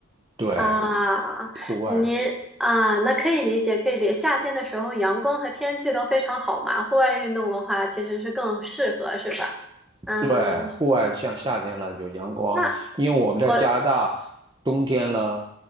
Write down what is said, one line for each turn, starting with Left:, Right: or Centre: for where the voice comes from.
Right: 对，
Centre: 啊，
Right: 户外。
Centre: 您啊，那可以理解，可以理解。夏天的时候，阳光和天气都非常好嘛，户外运动的话，其实是更适合，是吧？嗯，
Right: 对，户外像夏天了有阳光，
Centre: 那
Right: 因为我们在加拿大，
Centre: 我
Right: 冬天呢，